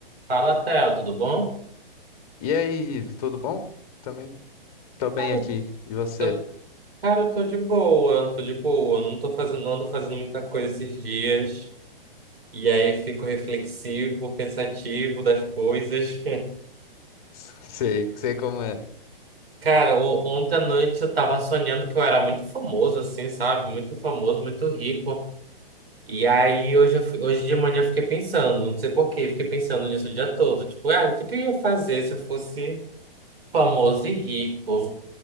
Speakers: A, on the right; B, on the left.
A: Fala, Theo, tudo bom?
B: E aí, Ivo, tudo bom? Também tô bem
A: Cara,
B: aqui. E você?
A: eu, cara, eu tô de boa, tô de boa, não tô fazendo, não ando fazendo muita coisa esses dias. E aí fico reflexivo, pensativo das coisas.
B: <laughs> Sei, sei como é.
A: <laughs> Cara, o- ontem à noite eu tava sonhando que eu era muito famoso, assim, sabe? Muito famoso, muito rico. E aí hoje, eu fui- hoje de manhã eu fiquei pensando, não sei por quê, fiquei pensando nisso o dia todo. Tipo, ah, o que que eu ia fazer se eu fosse famoso e rico?